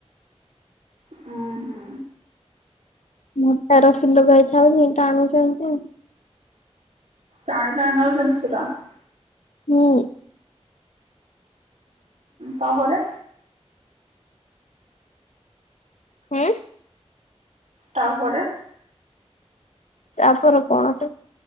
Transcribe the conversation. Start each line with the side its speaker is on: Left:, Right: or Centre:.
Right: ହୁଁ ହୁଁ
Left: ମଟା ରସି ଲଗେଇଥାଉନ ଟାଣୁଛନ୍ତି <unintelligible>
Right: ଚାାଣିିଲାାଇନ ଜନଷଟା <unintelligible>
Left: ହୁଁ।
Right: ତାହରେ।
Left: ହୁଁ।
Right: ତାପରେ।
Left: ତାପରେ କଣସି